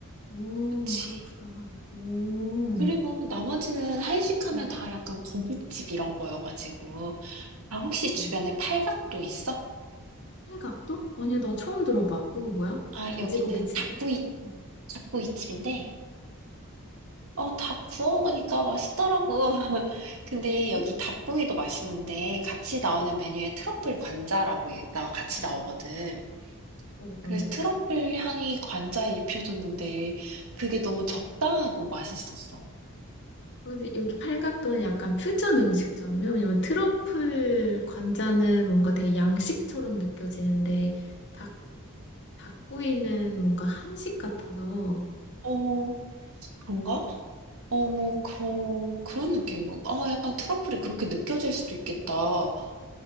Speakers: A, on the left; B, on the right.
A: 오,
B: 그치.
A: 그렇구나. 오,
B: 그리고 나머지는 한식하면
A: 응,
B: 다 약간 고깃집 이런 거여 가지고 아 혹시
A: 그러네.
B: 주변에 팔각도 있어?
A: 일각도? 아니, 나 처음 들어봐. 그거 뭐야?
B: 아
A: 돼지고기
B: 여기는
A: 집이야?
B: 닭구이
A: 어,
B: 닭구이집인데 어 닭 구워 먹으니까 맛있더라고. <laughs> 근데 여기
A: 응.
B: 닭구이도 맛있는데 같이 나오는 메뉴에 트러플 관자라고 이 나 같이 나오거든.
A: 어,
B: 그래서
A: 어.
B: 트러플 향이 관자에 입혀졌는데 그게 너무 적당하고 맛있었어.
A: 근데 여기 팔각도는 약간 퓨전 음식점이요. 왜냐면 트러플 관자는 뭔가 되게 양식처럼 느껴지는데 닭, 닭구이는 뭔가 한식 같아서
B: 어, 그런가? 어, 그런, 그런 느낌인 가 아, 약간 트러플이 그렇게 느껴질 수도 있겠다.